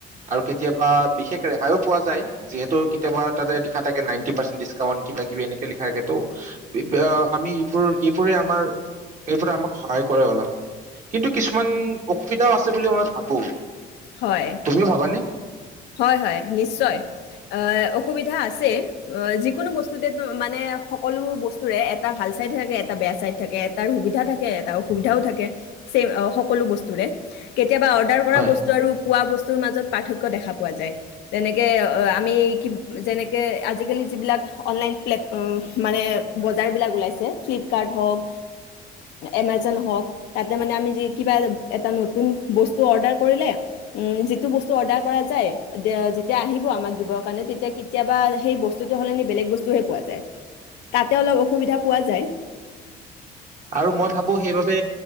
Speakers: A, on the right (about 50°); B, on the left (about 80°).
A: আৰু কেতিয়াবা বিশেষ ৰেহাইও পোৱা যায় যিহেতু কেতিয়াবা তাতে লিখা থাকে নাইনটি পাৰ্চেন্ট ডিচকাউন্ট কিবা কিবি এনেকে লিখা থাকে তো। আমি এইবোৰ এইবোৰে আমাৰ এইবোৰে আমাক সহায় কৰে অলপ কিন্তু কিছুমান অসুবিধাও আছে বুলি মই ভাবো।
B: হয়।
A: তুমিও ভাবানে?
B: হয় হয় নিশ্চয় আহ অসুবিধা আছে যিকোনো বস্তুতে মানে সকলো বস্তুৰে এটা ভাল চাইড থাকে এটা বেয়া চাইড থাকে এটাাৰ সুবিধা থাকে এটা অসুবিধাও থাকে চেম সকলো বস্তুৰে কেতিয়াবা অৰ্ডাৰ কৰা
A: হয়
B: বস্তু আৰু পোৱা বস্তু, তোৰ মাজত পাৰ্থক্য দেখাম। পোৱা যায় যেনেকে আমি কি যেনেকে আজিকালি যিবিলাক অনলাইন্ প্লেট উম মানে বজাৰবিলাক ওলাইছে ফ্লিপকাৰ্ট হওক এমেজন হওক তাতে মানে আমি যি কিবা এটা নতুন বস্তু অৰ্ডাৰ কৰিলে উম যিটো বস্তু অৰ্ডাৰ কৰা যায় যেতিয়া আহিব আমাক দিব কাৰণে তেতিয়া কেতিয়াবা সেই বস্তুটো হলে বেলেগ বস্তুহে পোৱা যায় তাতে অলপ অসুবিধা পোৱা যায়
A: আৰু মই ভাবো সেইবাবে